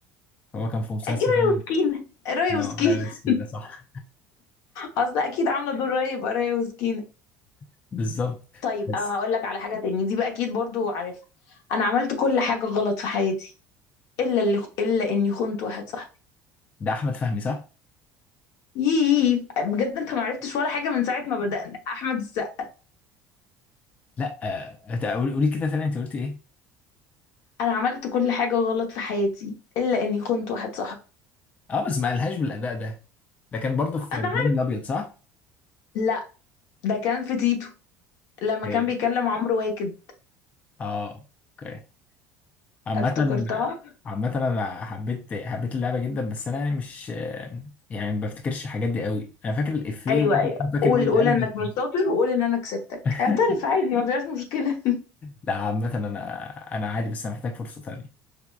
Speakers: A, on the left; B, on the left.
A: هو كان في مسلسل
B: اكيد رايه
A: رايه
B: وسكينة رايه
A: اه
B: وسكينة
A: رايه
B: <laughs>
A: مسكينه صح
B: اصل اكيد عاملة دور رايه يبقى رايه وسكينة
A: <laughs> بالظبط
B: طيب
A: بس
B: آه، هقول لك على حاجة تاني دي بقى اكيد برضو عارفها انا عملت كل حاجة غلط في حياتي الا اللي الا اني خنت واحد صاحبي
A: ده احمد فهمي صح؟
B: يي بجد انت ما عرفتش ولا حاجه من ساعه ما بدأنا احمد السقا
A: لا آه، ده قولي قولي كده تاني انت قلت ايه؟
B: انا عملت كل حاجه غلط في حياتي الا اني خنت واحد صاحبي
A: اه بس ما قالهاش بالاداء ده ده كان برضو في
B: انا
A: ابراهيم
B: عارف
A: الابيض صح؟
B: لا ده كان في تيتو لما
A: اوكي
B: كان بيكلم عمرو واكد
A: اه اوكي عامة
B: افتكرتها
A: عامة انا حبيت حبيت اللعبة جدا بس انا يعني مش آه، يعني ما بفتكرش الحاجات دي قوي انا فاكر الافيه
B: ايوه
A: وممكن
B: ايوه
A: أكون فاكر
B: قول
A: مين اللي
B: قول
A: قاله
B: انك
A: بس
B: مش
A: مش-
B: شاطر وقول ان انا كسبتك
A: <laughs>
B: اعترف عادي ما فيهاش مشكله <laughs>
A: لا عامة انا انا عادي بس انا محتاج فرصة تانية